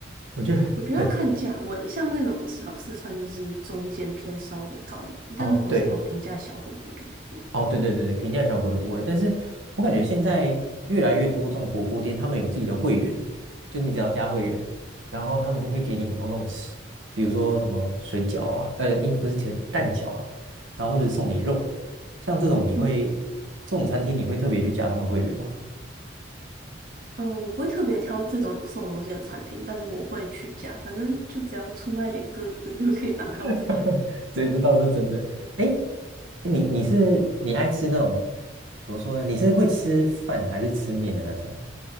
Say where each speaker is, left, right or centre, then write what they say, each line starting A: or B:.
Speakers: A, on the right (about 90°); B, on the right (about 50°).
A: 我觉得很。
B: 我觉得要看价位，像那种老四川就是中间偏稍微高一点，但如果是那种平价小火锅就不会。
A: 哦，对，哦，对对对对，平价小火锅就不会。但是我感觉现在越来越多这种火锅店，他们有自己的会员，就你只要加会员，然后他们就会给你很多那种吃，比如说什么水饺啊，呃，应不是其实蛋饺啦，然后或者送你肉，像这种你会这种餐厅你会特别去加他们会员吗？
B: 嗯，呃，我不会特别挑这种有送东西的餐厅，但是我会去加，反正就只要出卖一点个资就可以拿到饭。
A: <laughs>
B: <laughs>
A: 对，这倒是真的。哎，你你是你爱吃那种怎么说呢？你是会吃饭还是吃面的那种？